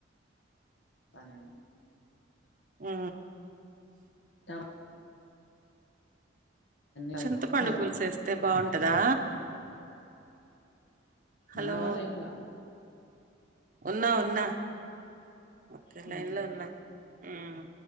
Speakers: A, on the left; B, on the right.
A: తనను
B: మ్
A: తమ కలిపి.
B: చింతపండు
A: హలో!
B: పూలుసు వేస్తే బాగుంటదా హలో
A: ఉన్నావా లైన్లా
B: ఉన్నా ఉన్నా ఒకే
A: హ్మ్.
B: లైన్ లో ఉన్నా మ్